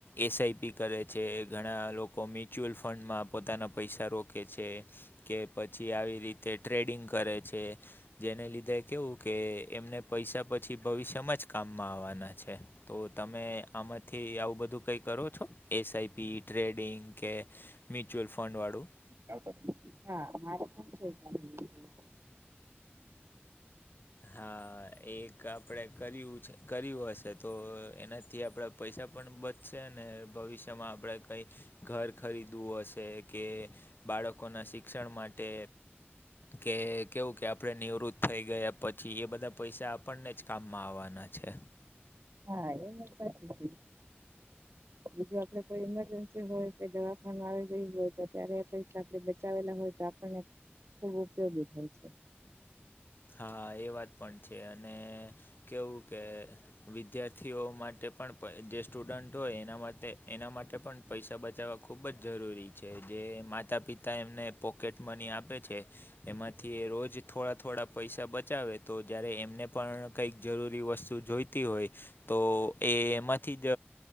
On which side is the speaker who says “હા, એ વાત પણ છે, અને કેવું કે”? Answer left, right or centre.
Left